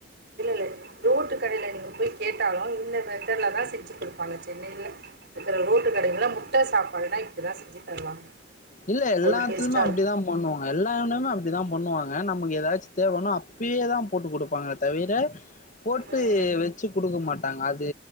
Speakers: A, on the right; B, on the left.
A: இல்ல இல்ல ரோட்டு கடையில நீங்க போய் கேட்டாலும் இந்த மெத்தடுல தான் செஞ்சு கொடுப்பாங்க சென்னையில இருக்க ரோட்டு கடைகள்ல்லாம் முட்டை சாப்பாடுல்லாம் இப்பதான் செஞ்சு தருவாங்க
B: இல்ல எல்லாத்துலுமே
A: அவ்ளோ டேஸ்ட்டா
B: அப்படித்தான்
A: இருக்கும்.
B: பண்ணுவாங்க எல்லாடுமே அப்படித்தான் பண்ணுவாங்க நமக்கு ஏதாச்சும் தேவைனோ அப்பயே தான் போட்டு கொடுப்பாங்க தவிர போட்டு
A: ம்.
B: வச்சு கொடுக்க மாட்டாங்க பாங்க அது